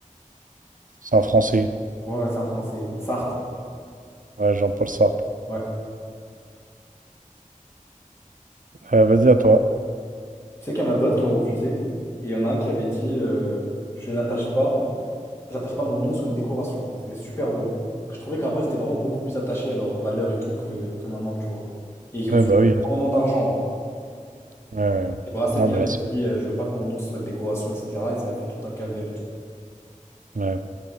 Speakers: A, on the right (about 80°); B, on the left (about 20°).
A: C'est un Français.
B: Ouais, ouais, c'est un Français. Sartre.
A: Ouais, Jean-Paul Sartre.
B: Ouais.
A: Euh, vas-y, à toi.
B: Tu sais qu'il y en a d'autres qui ont refusé. Et il y en a un qui avait dit euh, je n'attache pas, j'attache pas mon nom sur une décoration. C'était super beau. Que je trouvais qu'avant, ils étaient vraiment beaucoup plus attachés à leurs valeurs et tout que, que maintenant, tu vois. Et ils refusaient
A: Ouais, bah oui. Ouais,
B: énormément d'argent.
A: ouais. ouais.
B: hein. Et Brassens,
A: Non,
B: il
A: mais
B: avait
A: là, c'est
B: dit euh, je veux pas que mon nom soit une décoration, etc. Et ça avait fait tout un calvaire et tout.
A: ouais.